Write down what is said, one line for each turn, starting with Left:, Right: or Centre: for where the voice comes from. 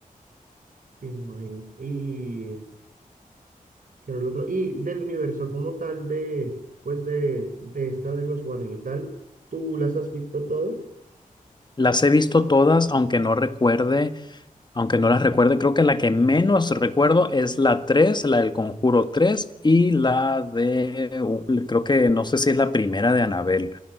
Right: sí, me imagino. Y, ¿qué era el otro? Y del universo como tal de, pues de, de esta de los Warren y tal, ¿tú las has visto todas?
Left: Las he visto todas, aunque no recuerde. Aunque no las recuerde, creo que la que menos recuerdo es la 3, la del Conjuro 3 y la de, u- creo que no sé si es la primera de Anabel